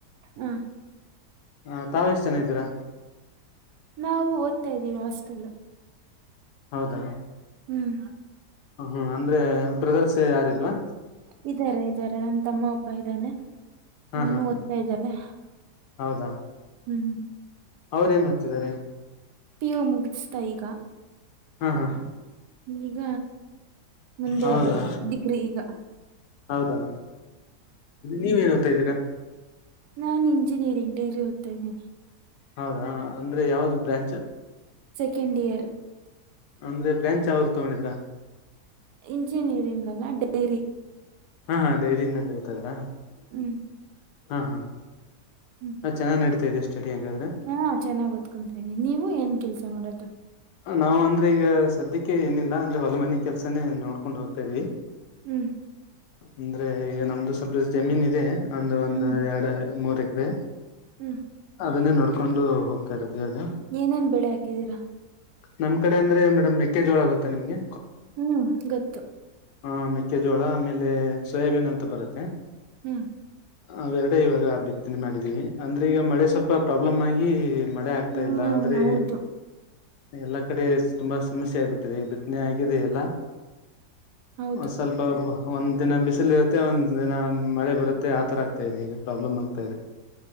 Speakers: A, on the right (about 80°); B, on the left (about 80°).
A: ಹಾ
B: ಹ ತಾವು ಎಷ್ಟು ಜನ ಇದ್ದಿರಿ
A: ನಾವು ಓದ್ತಾ ಇದ್ದೀವಿ ಹಾಸ್ಟೆಲ್ಲ್
B: ಹೌದಾ
A: ಹ್ಮ್
B: ಹ್ಮ ಅಂದ್ರೆ ಬ್ರದರ್ಸ್ ಯಾರ್ ಇಲ್ವಾ
A: ಇದ್ದಾರೆ ಇದ್ದಾರೆ ನನ್ ತಮ್ಮ ಒಬ್ಬ ಇದ್ದಾನೆ
B: ಹಾ
A: ಅವನು
B: ಹಾ
A: ಓದ್ತಾ ಇದ್ದಾನೆ
B: ಹೌದಾ
A: ಹ್ಮ್
B: ಅವ್ರ ಏನ್ ಓತ್ತಿದ್ದಾರೆ
A: ಪಿಯು ಮುಗುಸ್ತಾ ಈಗ
B: ಹ್ಮ ಹ್ಮ
A: ಈಗ ಮುಂದೆ
B: ಹೌದಾ
A: ಡಿಗ್ರಿ ಈಗ
B: ಹೌದಾ ನೀವೇನ್ ಓತ್ತಾ ಇದ್ದೀರಾ
A: ನಾನ್ ಇಂಜಿನಿಯರಿಂಗ್ ಡಿಗ್ರಿ ಓತ್ತ ಇದೀನಿ
B: ಹೌದಾ ಅಂದ್ರೆ ಯಾವ್ದ ಬ್ರಾಂಚ್
A: ಸೆಕೆಂಡ್ ಇಯರ್
B: ಅಂದ್ರೆ ಬ್ರಾಂಚ್ ಯಾವ್ದ ತಗೊಂಡಿದಿರ
A: ಇಂಜಿನಿಯರಿಂಗ್ ಅಲ್ಲ ಡೈರಿ
B: ಹಾ ಹಾ ಡೈರಿನಲ್ಲಿ ಓದ್ತಾ ಇದ್ರ
A: ಹ್ಮ್
B: ಹಾ ಹಾ
A: ಹ್ಮ್
B: ಹಾ ಚೆನ್ನಾಗಿ ನಡೀತಾಯಿದೆ ಅಂಗಾದ್ರೆ
A: ಹಾ ಚೆನ್ನಾಗ್ ಓದ್ಕೊಂತಾ ಇದೀನಿ ನೀವು ಏನ್ ಕೆಲ್ಸ ಮಾಡೋದು
B: ನಾವು ಅಂದ್ರೆ ಈಗ ಸದ್ಯಕ್ಕೆ ಏನಿಲ್ಲ ಅಂದ್ರೆ ಹೊಲ ಮನೆ ಕೆಲ್ಸನೇ ನೋಡ್ಕೊಂಡ್ ಹೋಗ್ತಾಇದೀವಿ
A: ಹ್ಮ್
B: ಅಂದ್ರೆ ಈಗ ನಮ್ದು ಸ್ವಲ್ಪ ಜಮೀನ್ ಇದೆ ಒಂದು ಒಂದು
A: ಹ್ಮ್
B: ಎರಡು ಮೂರ್ ಎಕರೆ
A: ಹ್ಮ್
B: ಅದನ್ನೇ ನೋಡ್ಕೊಂಡು ಹೋಗ ಇರೋದು ಈವಾಗ
A: ಏನೇನ್ ಬೆಳೆ ಹಾಕಿದೀರಾ
B: ನಮ್ ಕಡೆ ಅಂದ್ರೆ ಮೇಡಮ್ ಮೆಕ್ಕೆಜೋಳ ಗೊತ್ತಾ ನಿಮ್ಗೆ
A: ಹ್ಮ್ ಗೊತ್ತು
B: ಹ ಮೆಕ್ಕೆಜೋಳ ಆಮೇಲೆ ಸೋಯಾಬೀನ್ ಅಂತ ಬರುತ್ತೆ
A: ಹ್ಮ್
B: ಅವು ಎರಡೇ ಇವಾಗ ಬಿತ್ತನೆ ಮಾಡಿದೀವಿ ಅಂದ್ರೆ ಈಗ ಮಳೆ ಸ್ವಲ್ಪ ಪ್ರಾಬ್ಲಮ್ ಆಗಿ ಮಳೆ ಆಗ್ತಾ
A: ಹ್ಮ್
B: ಇಲ್ಲ ಅಂದ್ರೆ
A: ಹೌದು
B: ಎಲ್ಲಾ ಕಡೆ ತುಂಬಾ ಸಮಸ್ಯೆ ಆಗ್ಬಿಟ್ಟಿದೆ ಬಿತ್ತನೆ ಆಗಿದೆ ಎಲ್ಲಾ
A: ಹೌದು
B: ಸ್ವಲ್ಪ ಒಂದ್ ದಿನ ಬಿಸಿಲು ಇರುತ್ತೆ ಒಂದ್ ದಿನ ಮಳೆ ಬರುತ್ತೆ ಆತರ ಆಗ್ತಾ ಇದೆ ಇದು ಪ್ರಾಬ್ಲಮ್ ಆಗ್ತಾ ಇದೆ